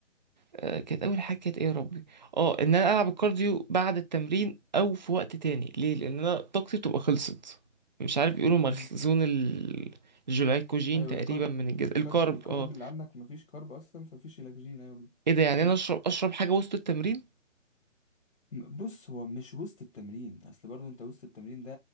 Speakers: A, on the right; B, on the left.
A: آه، كانت اول حاجة كانت ايه يا ربي اه ان انا العب الكارديو بعد التمرين او في وقت تاني ليه لان انا طاقتي بتبقى خلصت مش عارف بيقولوا مخزون
B: مم.
A: ال- الجلايكوجين
B: ايوه
A: تقريبا
B: الكرب
A: من الجسم
B: الكرب
A: الكارب
B: الكرب
A: اه
B: اللي عندك مفيش كرب اصلا فمفيش الاكسجين ايوه بال-
A: ايه ده يعني
B: تمام
A: انا اشرب اشرب حاجة وسط التمرين
B: م- بص هو مش وسط التمرين اصل برضو انت وسط التمرين ده